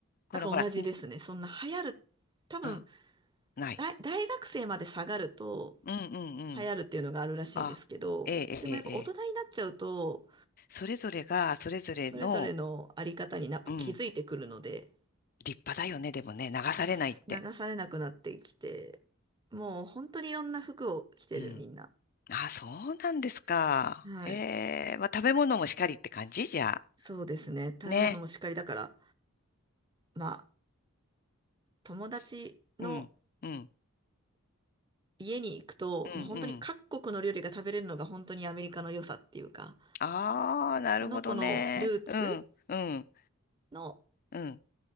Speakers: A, on the left (about 45°); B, on the right (about 20°).
A: このほら、
B: だから同じですね。
A: ん
B: そんな流行る、多分、
A: あ、ない。
B: 大大学生まで下がると、
A: うんうんうん。
B: 流行るっていうのがあるらしいんですけど、
A: あ、ええええええ
B: でもやっぱ大人になっちゃうと、
A: それぞれが、それぞれの、
B: それぞれのあり方になっぱ気づいてくるので、
A: うん、立派だよね、でもね、流されないって。
B: す流されなくなってきて、もう本当にいろんな服を着てる、
A: うん。
B: みんな。
A: あ、そうなんですか。
B: はい。
A: へえ、まあ、食べ物もしかりって感じじゃあ。
B: そうですね。食べ物もしっかりだから、
A: ね。
B: まあ、友達の
A: すうん、うん、
B: 家に行くと、
A: うん、
B: もう本当に各国の料理が食べれるのが本当にアメリカの良さっていうか、
A: うん。ああ、なるほどね。
B: その子のルーツ
A: うん、うん、
B: の
A: うん、